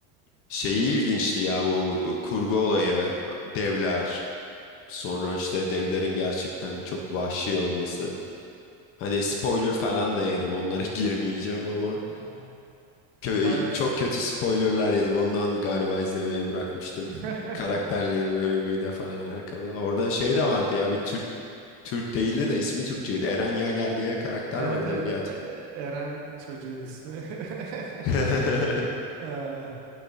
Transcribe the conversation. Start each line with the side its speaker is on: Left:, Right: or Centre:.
Left: şeyi ilginçti ya bu kurgu olayı. Devler. Sonra işte devlerin gerçekten çok vahşi olması. Hani spoiler falan da yedim. Onlara <laughs> girmeyeceğim ama
Right: Aa.
Left: kö-
Right: Bayağı
Left: çok kötü spoilerlar yedim. Ondan galiba izlemeyi bırakmıştım.
Right: <laughs>
Left: Karakterlerin ölümüyle falan alakalı. Orada şey de vardı ya bir Türk Türk değildi de ismi Türkçeydi. Eren Yager diye karakter
Right: Evet
Left: vardı
Right: evet
Left: diye
Right: E- E-
Left: hatırlıyorum.
Right: Eren çocuğun ismi. <laughs>
Left: <laughs>
Right: Ee,